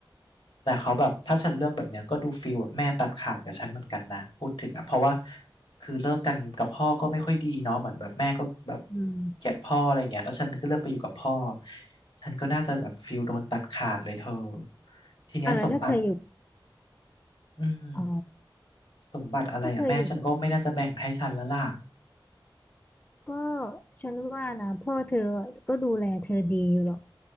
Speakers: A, on the left (about 75°); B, on the left (about 20°).
A: แต่เขาแบบถ้าฉันเลือกแบบเนี้ยก็ดูฟีลแบบแม่ตัดขาดกับฉันเหมือนกันนะพูดถึงอ่ะเพราะว่าคือเลิกกันกับพ่อก็ไม่ค่อยดีเนาะเหมือนแบบแม่ก็แบบ
B: อืม
A: เกลียดพ่ออะไรเงี้ยแล้วฉันก็เลือกไปอยู่กับพ่อฉันก็น่าจะแบบฟีลโดนตัดขาดเลยเธอทีเนี้ยสมบัติ
B: เอาแล้วถ้าเธออยู่
A: อืม
B: อ๋อ
A: สมบัติอะไรอ่ะแม่ฉันก็ไม่น่าจะแบ่งให้ฉันแล้วล่ะ
B: ถ้าเธออยู่ก็ฉันว่านะพ่อเธอก็ดูแลเธอดีอยู่หรอก